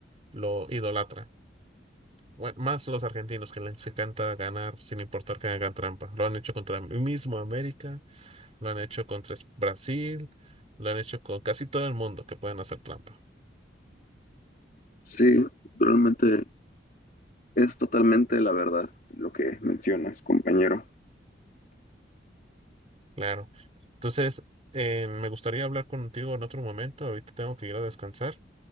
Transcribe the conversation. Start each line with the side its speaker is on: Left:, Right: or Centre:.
Right: lo idolatra. Bue- más los argentinos que les encanta ganar sin importar que hagan trampa. Lo han hecho contra el mismo América, lo han hecho contra es- Brasil, lo han hecho con casi todo el mundo que pueden hacer trampa.
Left: Sí, realmente es totalmente la verdad lo que mencionas, compañero.
Right: Claro. Entonces, eh, me gustaría hablar contigo en otro momento. Ahorita tengo que ir a descansar.